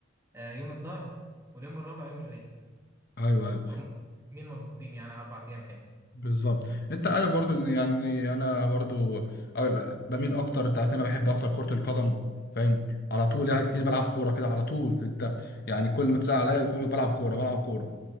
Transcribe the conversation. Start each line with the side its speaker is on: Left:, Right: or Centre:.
Right: آه، يوم الظهر واليوم الرابع يوم الرجل
Left: ايوه ايوه
Right: هم مين مظبوطين يعني اربع ايام حلو
Left: بالظبط انت عارف برضو ان يعني انا برضو أغل- بميل اكتر انت عارف ان انا بحب اكتر كرة القدم فاهم على طول يعني تلاقيني بلعب كورة كده على طول انت يعني كل ما تسأل عليا يقول لك بلعب كورة بلعب كورة